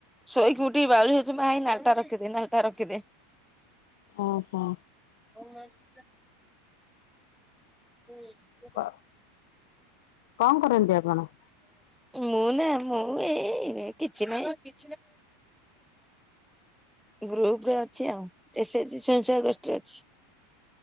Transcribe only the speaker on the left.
ଅ ହ।
କହ କଁ କରନ୍ତି ଆପଣ?